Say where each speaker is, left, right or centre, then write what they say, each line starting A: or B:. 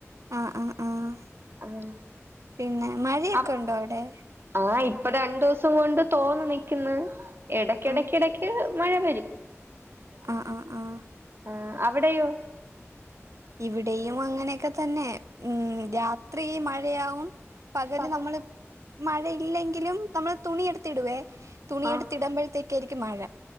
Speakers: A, on the right; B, on the right.
A: ആ ആ ആഹ്
B: ആഹ്
A: പിന്നെ മഴയൊക്കെ
B: അ
A: ഉണ്ടോ അവിടെ
B: ആഹ് ഇപ്പൊ രണ്ടൂസം കൊണ്ട് തോന്ന് നിക്ക്ന്ന് എടക്കിടക്കിടക്ക്
A: ആഹ്
B: മഴ വരും.
A: ആ ആ ആഹ്.
B: ആഹ് അവടെയോ?
A: ഇവിടെയും അങ്ങനെയൊക്കെ തന്നെ ഉം രാത്രി മഴയാകും. പകല്
B: പകൽ
A: നമ്മള് മഴയില്ലെങ്കിലും നമ്മള് തുണിഎടുത്തിടുവേ തുണിയെടുത്തിടുമ്പഴ്
B: ആഹ്
A: ത്തക്കായിരിക്കും മഴ.